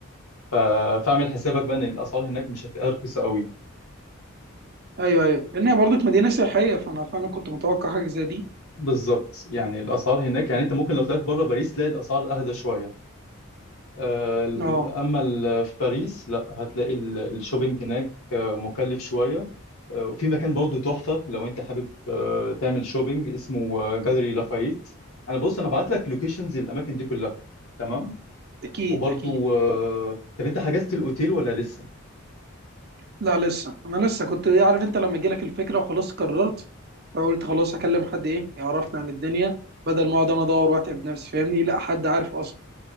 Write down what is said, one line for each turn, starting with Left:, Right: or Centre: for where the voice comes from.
Left: ف- فاعمل حسابك بقى ان الاسعار هناك مش هتلاقيها رخيصة قوي
Right: ايوه ايوه لان هي برضك مدينه سياحيه فانا فعلا كنت متوقع حاجه زي دي
Left: بالظبط يعني الاسعار هناك يعني انت ممكن لو طلعت بره باريس تلاقي الاسعار اهدى شويه آه، ال-
Right: اه
Left: اما ال- في باريس لا هتلاقي ال- الشوبينج هناك آه، مكلف شويه آه، وفي مكان برضه تحفه لو انت حابب آه، تعمل شوبينج اسمه آه، جاليري لافايت انا بص انا بعت لك لوكيشنز الاماكن دي كلها تمام
Right: اكيد
Left: وبرضه
Right: اكيد
Left: آه، طب انت حجزت الاوتيل ولا لسه
Right: لا لسه انا لسه كنت عارف انت لما جالك الفكره وخلاص قررت فقلت خلاص هكلم حد ايه يعرفنا عن الدنيا بدل ما اقعد انا ادور واتعب نفسي فاهمني لا حد عارف اصلا